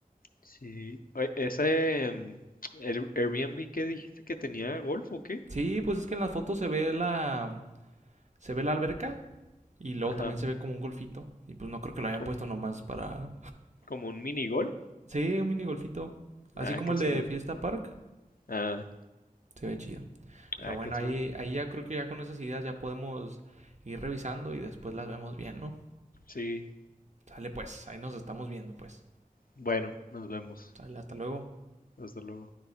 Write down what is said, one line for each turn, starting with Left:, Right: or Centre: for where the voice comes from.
Left: sí. Oye, ese mm, Air- Airbnb que dijiste que tenía golf o qué?
Right: Sí, pues es que en las fotos se ve la... Se ve la alberca y luego
Left: Ajá.
Right: también se ve como un golfito. Y pues no creo que lo hayan
Left: como
Right: puesto nomás para...
Left: Como, un mini golf.
Right: Sí, un mini golfito. Así
Left: Ah,
Right: como
Left: qué
Right: el
Left: suave.
Right: de Fiesta Park.
Left: Ah,
Right: Se ve chido. Pero
Left: ah,
Right: bueno,
Left: qué suave.
Right: ahí, ahí ya creo que ya con esas ideas ya podemos ir revisando y después las vemos bien, ¿no?
Left: Sí.
Right: Sale pues, ahí nos estamos viendo pues.
Left: Bueno, nos vemos.
Right: Sale, hasta luego.
Left: Hasta luego.